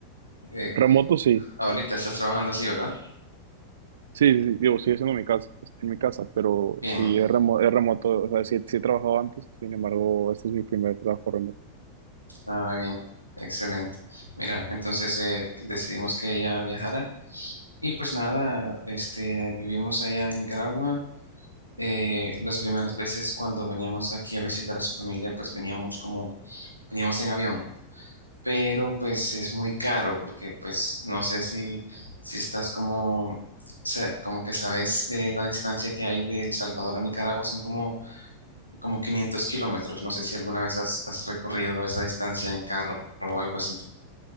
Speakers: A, on the left; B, on the right.
A: Eh,
B: Remoto, sí.
A: Ahorita estás trabajando así, ¿verdad?
B: Sí, sí, sí, digo, sigue siendo mi casa, en mi casa, pero
A: Bien,
B: sí es remo- es remoto, o sea, sí, sí he trabajado antes, sin embargo, este es mi primer trabajo remoto.
A: ah, bien, excelente. Mira, entonces eh, decidimos que ella viajara y pues nada, este, vivimos allá en Nicaragua. Eh, las primeras veces cuando veníamos aquí a visitar a su familia, pues veníamos como, veníamos en avión, pero pues es muy caro porque pues no sé si, si estás como, o como que sabes eh, la distancia que hay de El Salvador a Nicaragua, son como como 500 kilómetros. No sé si alguna vez has, has recorrido esa distancia en carro o algo así.